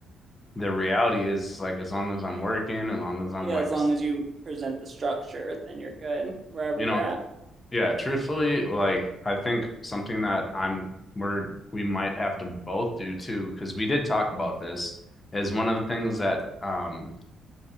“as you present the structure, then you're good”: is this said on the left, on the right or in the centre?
Right